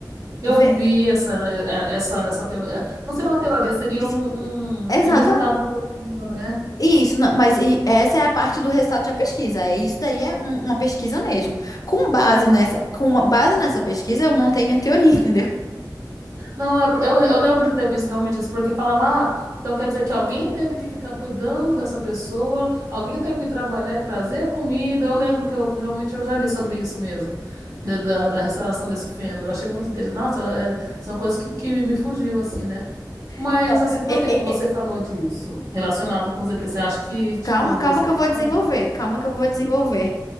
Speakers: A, on the right; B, on the left.
A: Eu
B: Ve-
A: vi essa, é, é, essa, essa teoria. Não seria uma teoria, seria
B: isso-
A: um,
B: Exatamente.
A: um, um resultado da pesquisa, né?
B: Isso, não, mas e- essa é a parte do resultado da pesquisa. É isso daí é um- uma pesquisa mesmo. Com base
A: É, não,
B: nessa,
A: isso eu vi.
B: com base nessa pesquisa, eu montei minha teoria, <laughs> entendeu?
A: Não, é, por- eu, eu lembro de ter visto realmente isso, porque falava, ah, então quer dizer que alguém teve que ficar cuidando dessa pessoa, alguém teve que trabalhar e trazer comida. Eu lembro que, eu, que realmente eu já li sobre isso mesmo, de- da, da restauração desse fêmur. Eu Achei muito interessante. Nossa, é, são coisas que, que me fugiu, assim, né? Mas,
B: Então,
A: assim, por
B: é,
A: que que
B: é,
A: você
B: é,
A: falou disso relacionado com o ZT? Você acha que, tipo.
B: Calma, calma
A: eu-
B: que eu vou
A: Não.
B: desenvolver, calma que eu vou desenvolver.